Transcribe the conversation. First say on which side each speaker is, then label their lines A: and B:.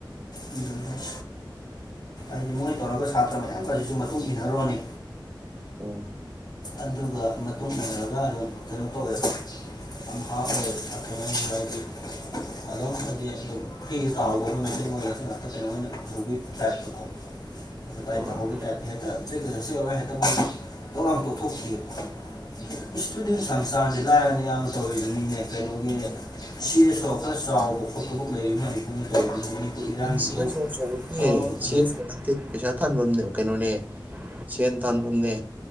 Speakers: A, on the left; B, on the right.
A: ꯑꯗꯨꯅ ꯍꯥꯏ ꯍꯥꯏꯗꯤ ꯃꯣꯏ ꯇꯧꯔꯒ ꯁꯥꯇ꯭ꯔ ꯃꯌꯥꯝꯒꯁꯤꯁꯨ ꯃꯇꯨꯡ ꯏꯟꯅꯔꯨꯔꯅꯤ
B: ꯑꯣ
A: ꯑꯗꯨꯒ ꯃꯇꯨꯡ ꯏꯟꯅꯔꯒ ꯑꯗꯨꯝ ꯀꯩꯅꯣ ꯇꯧꯋꯦ ꯑꯝꯐ ꯑꯣꯏ ꯑꯀ꯭ꯔꯃꯤ ꯒꯤ ꯑꯗꯨꯝ ꯍꯥꯏꯗꯤ ꯑꯗꯨꯝ ꯐ꯭ꯔꯤꯗ ꯇꯥꯍꯧꯕ ꯑꯩꯈꯣꯏ ꯃꯆꯤꯟ ꯃꯣꯏꯖꯁꯤ ꯉꯥꯛꯇ ꯀꯩꯅꯣ ꯑꯣꯏꯅ ꯎꯍꯧꯕꯤ ꯇꯥꯏꯞꯄꯇꯀꯣ ꯥꯏ
B: ꯑꯣ
A: ꯇ ꯇꯥꯏꯞꯇ ꯍꯦꯛꯇꯀ ꯆꯁꯦꯂꯒ ꯍꯦꯛꯇ ꯇꯂ ꯇꯣꯛꯊꯣꯛꯈꯤꯑꯕ ꯏꯁꯇꯨꯗꯦꯟ ꯁꯪꯁꯊꯥꯟꯁꯤꯦ ꯂꯥꯏꯔꯅꯦ ꯌꯥꯝꯅ ꯇꯧꯔꯤꯗ ꯃꯤꯅꯦ ꯀꯩꯅꯣꯒꯤ ꯆꯦꯁꯨ ꯈꯔ ꯆꯥꯎꯕ ꯈꯣꯠꯇ ꯂꯩꯔꯤ ꯃꯅꯤꯄꯨꯔ ꯏꯔꯥꯡꯒꯤ
B: ꯁꯤ
A: ꯏꯍꯧ
B: ꯁ
A: ꯇꯧꯔꯝꯃꯒ ꯑꯗꯨꯝ
B: ꯁꯤ ꯃꯇꯤꯛ ꯄꯩꯁꯥ ꯇꯥꯟꯐꯝꯅꯦ ꯀꯩꯅꯣꯅꯦ ꯁꯦꯟ ꯇꯥꯟꯐꯝꯅꯦ